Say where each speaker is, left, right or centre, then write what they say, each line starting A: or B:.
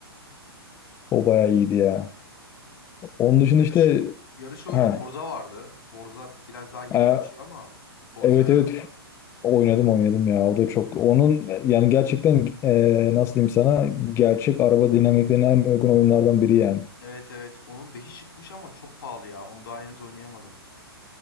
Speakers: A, on the left; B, on the left.
A: O bayağı iyiydi ya. Onun dışında
B: Yarış
A: işte
B: yarış oyunu
A: ha
B: Horza vardı. Horza biraz daha yeni
A: e,
B: kaçıyor ama Horza'yı
A: evet
B: oynadın
A: evet
B: mı?
A: oynadım oynadım ya. O da çok onun yani gerçekten e, nasıl diyeyim sana gerçek araba dinamiklerine en uygun oyunlardan biri yani.
B: Evet evet. Onun beşi çıkmış ama çok pahalı ya. Onu daha henüz oynayamadım.